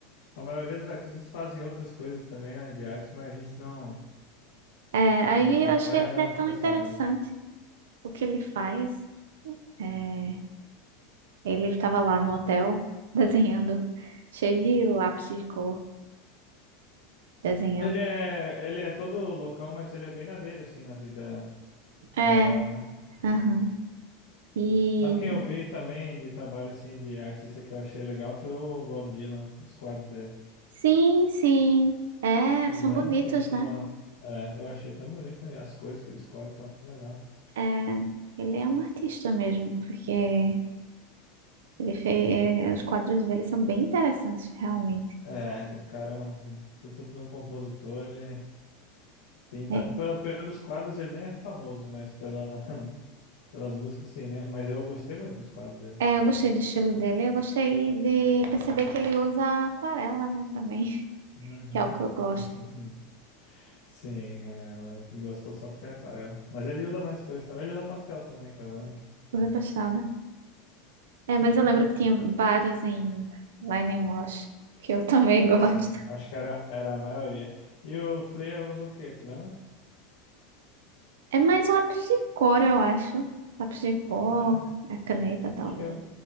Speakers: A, on the left; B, on the right.
A: a maioria dos artistas fazem outras coisas também, né? De arte, mas a gente não,
B: é, aí
A: não acompanha,
B: eu achei até
A: né? Não
B: tão
A: fica
B: interessante
A: sabendo.
B: o que ele faz. é, Ele estava lá no hotel <laughs> desenhando, cheio de lápis de cor, desenhando.
A: Ele é, ele é todo loucão, mas ele é bem na dele, assim, na vida real,
B: É,
A: né?
B: aham. E
A: Sabe quem eu vi também de trabalho, assim, de artista que eu achei legal foi o Bob Dylan, os quadros dele.
B: sim, sim. É,
A: Lembra
B: são bonitos,
A: que a gente deu
B: né?
A: uma... É, eu achei tão bonito, e as cores que ele escolhe tão legal.
B: É, ele é um artista mesmo, porque ele fez, é, os quadros dele são bem interessantes, realmente.
A: É, cara, é um puta de um compositor, ele pinta...
B: É.
A: pe- Pelos quadros ele nem é famoso, mas pela... <laughs> pelas músicas sim, né? Mas eu gostei muito dos quadros dele.
B: É, eu gostei do estilo dele, eu gostei de perceber que ele usa aquarela, né, também, <laughs>
A: Uhum.
B: que é o que eu gosto.
A: <laughs> Sim, é, ela gostou só porque é aquarela. Mas ele usa mais coisas também. Ele usa pastel também, que eu lembro.
B: Usa pastel, É, mas
A: Ah,
B: eu lembro que tinha bares em lá Wash, que eu também <laughs> gosto.
A: sim, acho que era, era a maioria. E o Flea usa o quê, tu lembra?
B: É mais lápis de cor, eu acho. Lápis de cor,
A: É,
B: a caneta, talvez.
A: acho que é um,